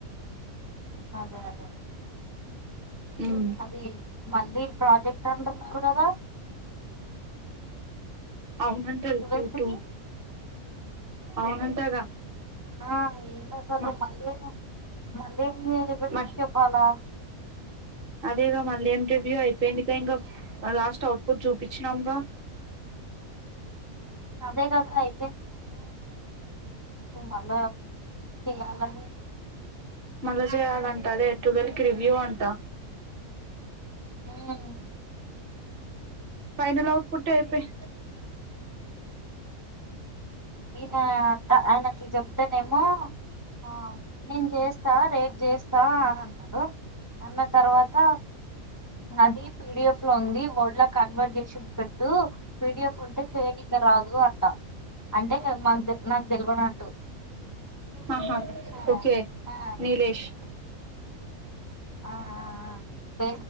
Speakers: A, on the left (about 20°); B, on the right (about 45°).
A: అదే అదే
B: ఉమ్
A: అది మళ్ళీ ప్రాజెక్ట్ అంటున్నారు కదా
B: అవునంటా
A: ట్వెల్త్
B: యుట్యూబ్
A: కి
B: అవునంటగా
A: ఆ ఇలా సలు
B: మ
A: మళ్ళీ మళ్ళ బడ్క
B: మ
A: పాలా
B: అదేగా మళ్ళీ ఏమి రివ్యూ అయిపోయిందిక ఇంకా లాస్ట్ అవుట్ పుట్ చూపించినాముగా
A: అదే కదా అయి మళ్ళా చేయాలని
B: మళ్ళా చేయాలంట
A: ఉమ్
B: అదే టువెల్వ్ కి రివ్యూ అంటా
A: హ్
B: ఫైనల్ అవుట్ పుట్ అయిపోయి
A: ఈనా‌ ఆయనకి జబ్ అంతనేమో ఆ నేను చేస్తా రేపు చేస్తా అని అన్నాడు అన్న తర్వాత అది పిడిఎఫ్ లో ఉంది ఓడ్లా కన్వర్ట్ చేసి పెట్టు పిడిఎఫ్ ఉంటే చేయనికి రాదు అంట అంటే మాకు నాకు తెలవనట్టు
B: ఆహా
A: ఆ
B: ఓకే
A: ఆ
B: నిలేష్
A: ఆఆ బే